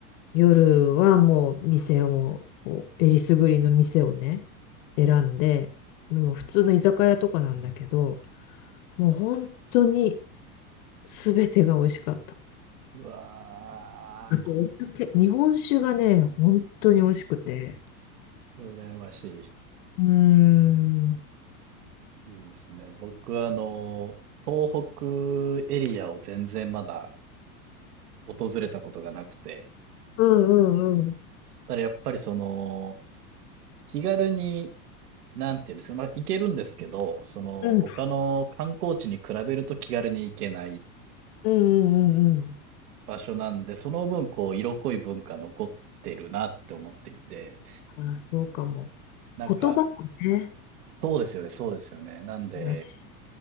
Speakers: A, on the left; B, on the right.
A: 夜はもう店を、こうえりすぐりの店をね、選んで、もう普通の居酒屋とかなんだけど、もう本当に全てが美味しかった。
B: うわ
A: あとお酒、日本酒がね、本当に美味しくて、
B: ー、羨まし
A: うーん。
B: い。いいですね。僕、あの、東北エリアを全然まだ訪れたことがなくて、
A: うんうんうん。
B: ただやっぱりその、気軽に、なんていうんですか、まあ、行けるんですけど、その、
A: うん
B: 他の観光地に比べると気軽に行けない
A: うんうんうん
B: 場所なんで、その分、こう、色濃い文化残ってるなって思っていて、
A: うんあ、そうかも。
B: なんか、
A: 言葉もね。
B: そうですよね、そうですよね。なんで、
A: だし